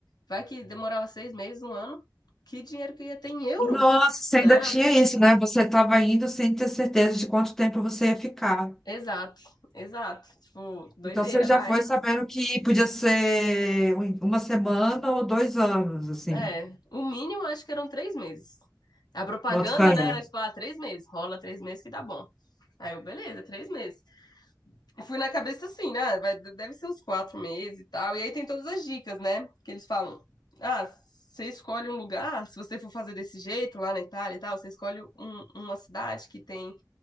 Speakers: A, on the left (about 70°); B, in the centre.
A: Vai que demorava seis meses, um ano. Que dinheiro que eu ia ter em euro?
B: Nossa, você
A: Não,
B: ainda tinha isso, né? Você estava indo sem ter certeza de quanto tempo você ia ficar.
A: exato, exato. Tipo, doideira.
B: Então você já
A: Ah,
B: foi sabendo que podia ser um- uma semana ou dois anos, assim.
A: é. é. O mínimo acho que eram três meses. A propaganda,
B: Bota
A: né,
B: fé.
A: era tipo, ah, três meses. Rola três meses que dá bom. Aí eu, beleza, três meses. E fui na cabeça assim, né? Vai, deve ser uns quatro meses e tal. E aí tem todas as dicas, né? Que eles falam: ah, você escolhe um lugar, se você for fazer desse jeito lá na Itália e tal, você escolhe um- uma cidade que tem